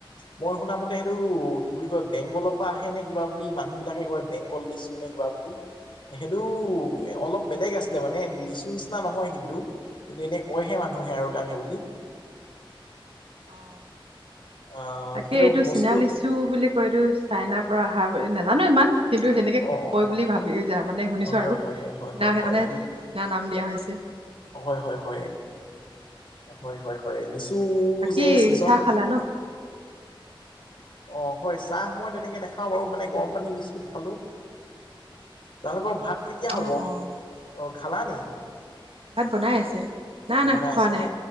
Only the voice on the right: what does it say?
অহ
তাকে
এইটো
চীনা লিচু বুলি কয়, এইটো চাইনাৰ পৰা অহা বুলি নাজানো ইমান কিন্তু। সেনেকে
কয় বুলি ভাবি যা মানে শুনিছোঁ
আৰু,
চীনা
সেইকাৰণে
চীনা নাম দিয়া হৈছে।
বাকী
চাহ খালা ন
অ অ চাহ
ভাত বনাই আছে। নাই
নাই খোৱা
নাই